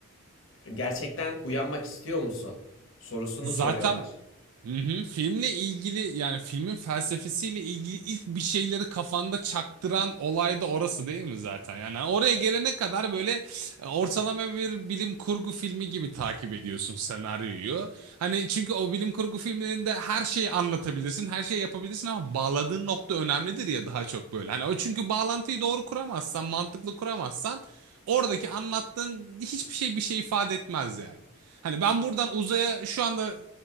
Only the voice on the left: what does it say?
gerçekten uyanmak istiyor musun? Sorusunu
soruyorlar.